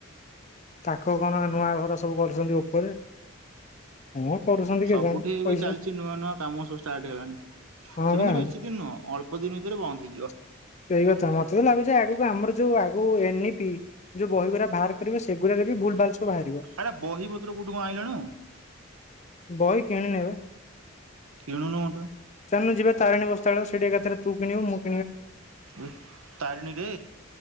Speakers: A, on the left (about 35°); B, on the right (about 85°).
A: ତାକୁ କଣ ନୂଆ ଘର ସବୁ କରୁଛନ୍ତି ଉପରେ। କଣ କରୁଛନ୍ତି
B: ସବୁଠି
A: କେଜାଣି
B: ଏବେ
A: ପଇସା
B: ଚାଲିଛି ନୂଆ ନୂଆ କାମ ସବୁ ଷ୍ଟାର୍ଟ ହେଲାଣି ସେ
A: ହଁ ବା।
B: କିନ୍ତୁ ବେଶୀ ଦିନ ନୁହଁ ଅଳ୍ପ ଅଳ୍ପଦିନ ଭିତରେ ବନ୍ଦ ହେଇଯିବ।
A: ସେଇ କଥା ମତେ ଲାଗୁଛି ଆଗକୁ ଆମର। ଯୋଉ ଆଗ ନ ଏ ପି ଯୋଉ ବହି ଗୁଡା ବାହାର କରିବ ସେଗୁଡାରେ ବି ଭୁଲ ଭାଲ। ସବୁ ବାହାରିବ
B: ଆରେ ବହି ପତ୍ର କୋଉଠି କ ଆଇଲୁଣୁ।
A: ବହି କିଣନି ବେ
B: କିଣୁନୁ ଗୋଟେ
A: ଚାଲନୁ ଯିବେ ତାରିଣୀ ବସ୍ ସେଠି ଏକଥରେ ତୁ କିଣ ମୁ।
B: ଏ ତାରିଣୀରେ